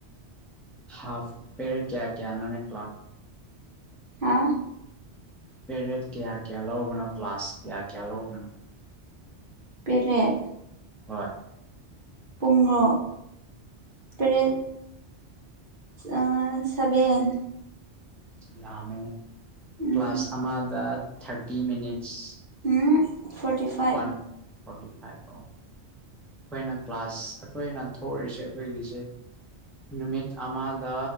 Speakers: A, in the centre; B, on the right.
A: ꯍꯥꯐ ꯄꯦꯔꯗ ꯀꯌꯥ ꯀꯌꯥꯅꯣꯅꯦ ꯀ꯭ꯂꯥ
B: ꯍꯥ
A: ꯄꯦꯔꯗ ꯀꯌꯥ ꯀꯌꯥ ꯂꯧꯕꯅꯣ ꯀꯂ꯭ꯥꯁ ꯀꯌꯥ ꯀꯌꯥ ꯂꯧꯕꯅꯣ
B: ꯄꯦꯔꯦꯠ
A: ꯍꯣꯏ
B: ꯄꯨꯡꯂꯣ ꯇꯔꯦꯠ ꯑ ꯁꯚꯦꯟ
A: ꯌꯥꯝꯃꯦꯅꯦ
B: ꯎꯝ
A: ꯀ꯭ꯂꯥꯁ ꯑꯃꯗ ꯊꯥꯔꯇꯤ ꯃꯤꯅꯤꯠꯁ
B: ꯎꯝ ꯐꯣꯔꯇꯤ ꯐ
A: ꯋꯥꯟ ꯐꯣꯔꯇꯤ ꯐꯥꯏꯚ ꯑꯣ ꯈꯣꯏꯅ ꯀ꯭ꯂꯥꯁ ꯑꯩꯈꯣꯏꯅ ꯊꯣꯛꯔꯤꯁꯦ ꯑꯩꯈꯣꯏꯒꯤꯁꯦ ꯅꯨꯃꯤꯠ ꯑꯃꯗ